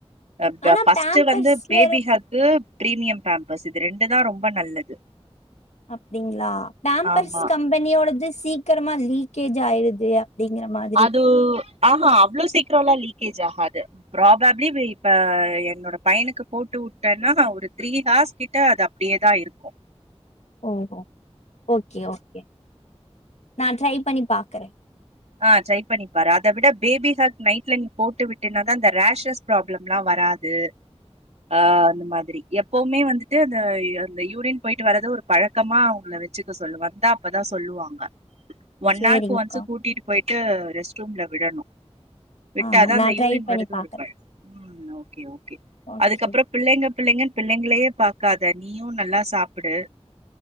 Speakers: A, on the right; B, on the left.
A: அ ப்ப
B: ஆனா
A: ஃபர்ஸ்ட்
B: பேம்பர்ஸ்ல
A: வந்து பேபிஹக்கு பிரீமியம் பேம்பர்ஸ் இது ரெண்டுதா ரொம்ப நல்லது
B: அப்டிங்களா போம்பர்ஸ்
A: ஆமா
B: கம்பெனியோடது சீக்கிரமா லீக்கேஜ் ஆயிருது அப்டிங்கிற மாரி
A: அதூ ஆமா அவ்ளோ சீக்கிரம்ல்லா லீக்கேஜ் ஆஹாது ப்ராபிலி இப்ப என்னோட பையனுக்கு போட்டு வுட்டேன்னா ஒரு த்ரீ ஹார்ஸ் கிட்ட அது அப்படியேதா இருக்கோ
B: ஒ ஓ ஓகே ஓகே நா ட்ரை பண்ணி பாக்கறே
A: ஆ ட்ரை பண்ணிப்பாரு அத விட பேபி ஹாக் நைட்ல நீ போட்டு விட்டுனாக்க அந்த ரேஷஸ் ப்ராப்ளம்லா வராது ஆ அந்த மாதிரி எப்பவ்வுமே வந்துட்டு அந்த அந்த யூரின் போயிட்டு வர்தே ஒரு பழக்கமா அவங்கள வச்சுக்க சொல்லுங்க வந்தா அப்பதா சொல்லுவாங்க ஒன்
B: சேரிங்க்கா
A: ஆர்க்கு ஒன்ஸ் கூட்டிட்டு போயிட்டு ரெஸ்ட் ரூம்ல விடணூ விட்டாதா
B: ஆ நா
A: அந்த யூரின்
B: ட்ரை பண்ணி
A: வருது
B: பாக்குறே
A: ஒரு பழக் ம் ஓக்கே
B: ஓகே
A: அதுக்கப்றோ பிள்ளைங்க பிள்ளைங்கன்னு பிள்ளைங்களையே பாக்காத நீயும் நல்லா சாப்பிடு